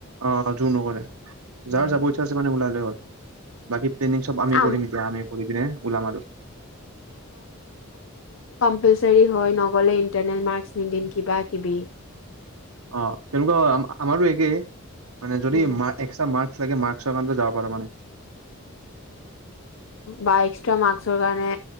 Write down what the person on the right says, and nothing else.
অ জোৰ নকৰে
যাৰ যাব ইচ্ছা আছে মানে ওলালেই হ'ল। বাকী ট্ৰেইনিং চব আমি
কৰিম এতিয়া আমি কৰি কিনে ওলাম আৰু
অ তেনেকুৱা আমাৰো একেই মানে যদি
ম এক্সট্ৰা মাৰ্ক লাগে মাৰ্কচ কাৰণে ও যাব পাৰে মানে